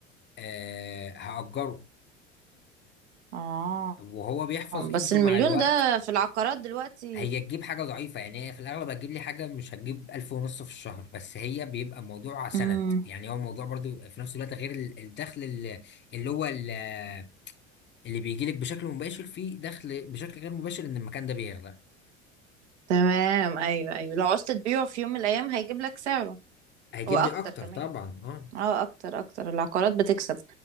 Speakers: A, on the left; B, on the right.
A: أه هأجره
B: اه
A: وهو بيحفظ قيمته
B: بس المليون
A: مع الوقت
B: ده في العقارات دلوقتي
A: هي تجيب حاجة ضعيفة يعني هي في الأغلب هتجيب لي حاجة مش هتجيب ألف ونص في الشهر بس هي بيبقى موضوع سند
B: امم
A: يعني هو موضوع برضو في نفس الوقت غير ال- الدخل اللي, اللي هو ال- اللي بيجيلك بشكل مباشر فيه دخل بشكل غير مباشر إن المكان ده بيغلى
B: تمام ايوه ايوه لو عوزت تبيعه في يوم من الايام هيجيب لك سعره
A: هيجيب
B: واكتر
A: لي أكتر
B: كمان
A: طبعا اه
B: اه اكتر اكتر العقارات بتكسب